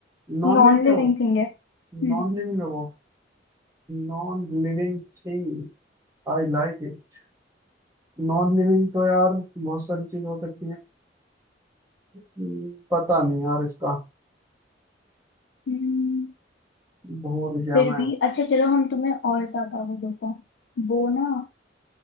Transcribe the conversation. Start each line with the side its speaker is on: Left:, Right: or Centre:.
Right: नॉन
Left: non
Right: लिविंग
Left: living
Right: है वो
Left: thing है हम्म
Right: नॉन लिविंग है वो Non living thing I like it Non living तो यार बहुत सारी चीज हो सकती है हम्म, पता नहीं यार इसका
Left: हम्म,
Right: भूल गया
Left: फिर
Right: मैं
Left: भी अच्छा चलो हम तुम्हें और ज्यादा वो देते हैं वो ना